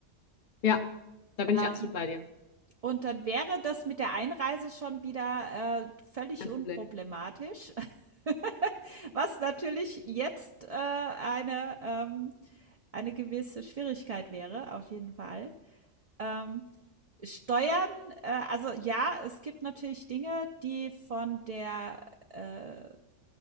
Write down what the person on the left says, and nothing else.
ja, da bin ich
absolut bei dir.
Kein
Problem.